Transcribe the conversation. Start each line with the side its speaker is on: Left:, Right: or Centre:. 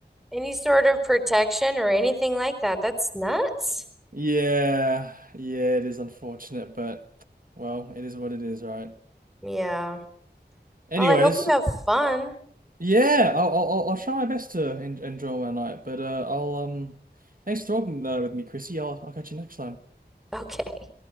Centre: any sort of protection or anything like that. That's nuts.
Right: Yeah, yeah, it is unfortunate, but well, it is what it is, right?
Centre: Yeah.
Right: Anyways,
Centre: Well, I hope you have fun. <laughs>
Right: Yeah, I'll I'll I'll I'll try my best to en enjoy my night, but uh, I'll um, thanks for talking uh, with me, Chrissy. I'll I'll catch you next time.
Centre: Okay.